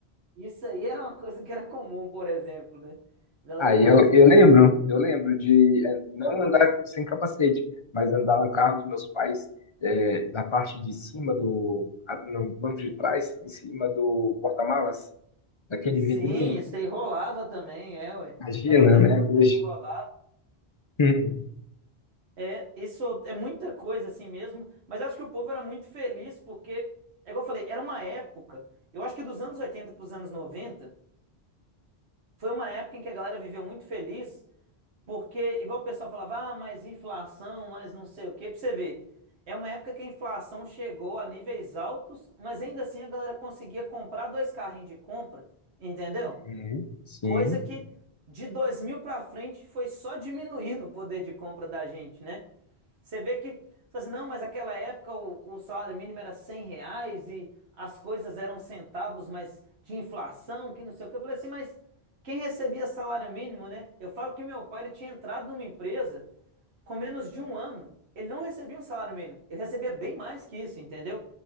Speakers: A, on the right (about 85°); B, on the left (about 35°).
A: Isso aí era uma coisa que era comum, por exemplo, né? A Galera
B: Aí
A: fazia.
B: eu, eu lembro, eu lembro de é, não andar sem capacete, mas andar no carro dos meus pais, é, na parte de cima do, a- no banco de trás, em cima do porta-malas, daquele
A: Sim,
B: vidrinho.
A: isso aí rolava também, é, ué.
B: Imagina,
A: Era outra
B: né,
A: coisa
B: hoje.
A: que rolava.
B: Uhum.
A: É, isso é muita coisa assim mesmo, mas eu acho que o povo era muito feliz porque, é igual eu falei, era uma época, eu acho que dos anos 80 para os anos 90 foi uma época em que a galera viveu muito feliz Porque, igual o pessoal falava, ah, mas inflação, mas não sei o quê, pra você ver. É uma época que a inflação chegou a níveis altos, mas ainda assim a galera conseguia comprar dois carrinhos de compra, entendeu?
B: Uhum. Sim.
A: Coisa que de 2000 para frente foi só diminuindo o poder de compra da gente, né? Você vê que, você assim, não, mas aquela época o, o salário mínimo era 100 reais e as coisas eram centavos, mas tinha inflação, que não sei o que. Eu falei assim, mas quem recebia salário mínimo, né? Eu falo que meu pai ele tinha entrado numa empresa com menos de um ano. Ele não recebia um salário mínimo, ele recebia bem mais que isso, entendeu?